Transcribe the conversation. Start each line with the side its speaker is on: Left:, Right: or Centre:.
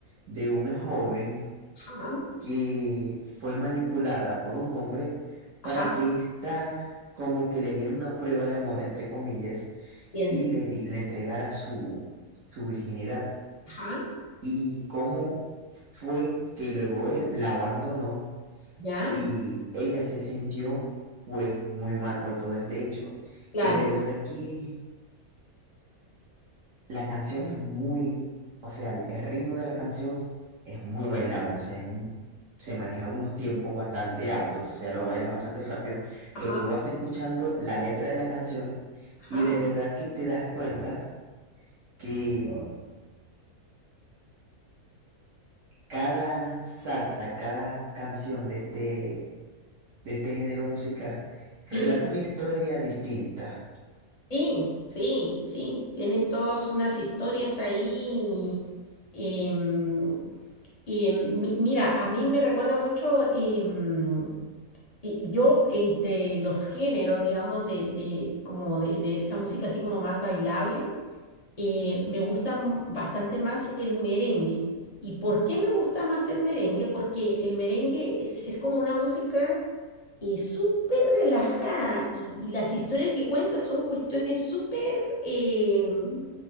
Right: de una joven.
Left: Ajá,
Right: que fue manipulada por un hombre
Left: ajá,
Right: para que ésta como que le diera una prueba de amor, entre comillas,
Left: bien.
Right: y le, di- le entregara su, su virginidad.
Left: ajá,
Right: Y cómo fue que luego él la abandonó
Left: ya,
Right: y ella se sintió pues muy mal por todo este hecho.
Left: claro,
Right: Y de verdad que... La canción es muy, o sea, el, el ritmo de la canción es muy bailable, o sea, es un- se maneja unos tiempos bastante altos, o sea, lo bailas bastante rápido,
Left: ajá,
Right: pero tú vas escuchando la letra de la canción
Left: ajá,
Right: y de verdad que te das cuenta que cada salsa, cada canción de este, de este género musical relata
Left: sí,
Right: una historia distinta.
Left: sí, sí, sí. Tienen todas unas historias ahí. em, y mm, mi- mira, a mí me recuerda mucho, em, y yo entre los géneros, digamos, de, de, como de, de esa música así como más bailable. eh, me gusta m- bastante más el merengue. ¿Y por qué me gusta más el merengue? Porque el merengue es, es como una música eh, súper relajada y, y las historias que cuentan son cuestiones súper em,